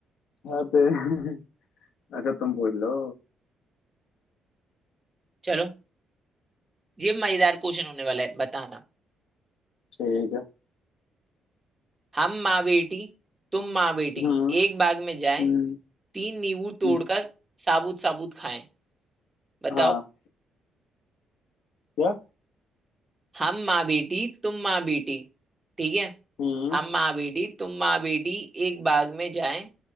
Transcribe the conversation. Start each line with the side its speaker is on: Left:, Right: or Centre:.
Left: बहुत तेज। <laughs> अच्छा तुम पूछ लो
Right: चलो ये मजेदार क्वेश्चन होने वाला है बताना
Left: ठीक है
Right: हम माँ बेटी तुम माँ बेटी
Left: हम्म
Right: एक बाग में जाए
Left: हम्म
Right: तीन नींबू तोड़कर
Left: हम्म,
Right: साबुत साबुत खाएं बताओ
Left: हाँ क्या
Right: हम माँ बेटी तुम माँ बेटी ठीक है
Left: हम्म
Right: हम माँ बेटी तुम माँ बेटी एक बाग में जाएं